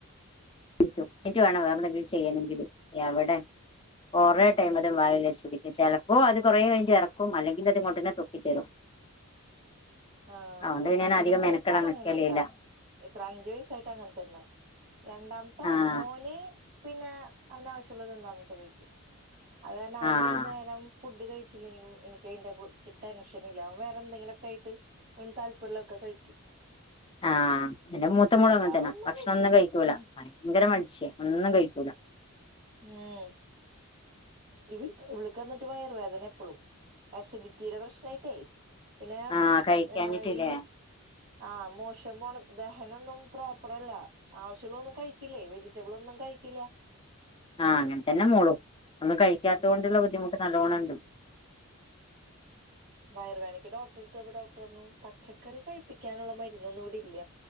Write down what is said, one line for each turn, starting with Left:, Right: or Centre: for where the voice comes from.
Left: രിക്കും ന്നട്ട്
Right: ഉം
Left: വേണം വേറെന്തെങ്കില് ചെയ്യണെങ്കിലും എവടെ കൊറേ ടൈം
Right: ഉം
Left: അത് വായിൽവച്ചിരിക്കും ചെലപ്പോ അത് കൊറേ കഴിഞ്ഞിട്ടെറക്കും അല്ലെങ്കിലത് ഇങ്ങോട്ടന്നെ തുപ്പി തരും.
Right: ആ
Left: അതുകൊണ്ട് പിന്നെ ഞാൻ
Right: എന്റെ
Left: അധികം
Right: മൂത്താൾ
Left: മെനക്കെടാൻ
Right: അങ്ങനെയാണ്
Left: നിക്കലില്ല
Right: ട്ടോ ഇത്ര അഞ്ചു വയസായിട്ട് അങ്ങൻ തന്നെ രണ്ടാമ ത്ത
Left: ആഹ്
Right: മോന് പിന്നെ അവന് ആവിശ്യ ഉള്ളത് എന്താന്ന് വെച്ചാ കഴിക്കും അത് കാരണം അവനൊരു
Left: ആഹ്
Right: നേരം ഫുഡ് കഴിച്ചില്ലെങ്കിലും എനിക്ക് അയിന്റെ കുർച്ച് ടെൻഷൻ ഇല്ല അവൻ വേറെ എന്തെങ്കിലുംക്കായിട്ട് ഓന് താല്പര്യള്ളൊക്കെ കഴിക്കും
Left: ആ എന്റെ മൂത്ത
Right: മൂത്താള്
Left: മോൾ അങ്ങൻ തന്നാ ഭക്ഷണം
Right: കഴിക്കില്ല
Left: ഒന്നും കഴിക്കൂല.
Right: ഉം
Left: ഭയങ്കര മടിച്ചിയ ഒന്നും കഴിക്കൂല.
Right: ഉം ഇവ് ഇവൾക്ക് അന്നിട്ട് വയർ വേദന എപ്പളും ആസിഡിറ്റിടെ പ്രശ്നായിട്ടേ. പിന്നെ
Left: ആഹ് കഴിക്കാഞ്ഞിട്ടില്ലേ
Right: ഏ ഈ ആ മോശം പോലത്തെ ശനൊന്നും പ്രോപ്പർ അല്ല. ച്ചളോന്നും കഴിക്കില്ലെ വെജിറ്റബ്ൾ ഒന്നും കഴി ഇല്ലാ
Left: ആ അങ്ങൻ തന്നെ മോളും. ഒന്നും കഴിക്കാത്തൊണ്ട്ള്ള
Right: ഉം
Left: ബുദ്ധിമുട്ട് നല്ലോണം ഇണ്ട്
Right: വയർ വേനക്ക് ഡോക്ടറെ എട്ത്തൊയപ്പം ഡോക്ടർ പർഞ്ഞു പച്ചക്കറി കഴിപ്പിക്കാനുള്ള മരുന്നൊന്നും ഇവിടെ ഇല്ല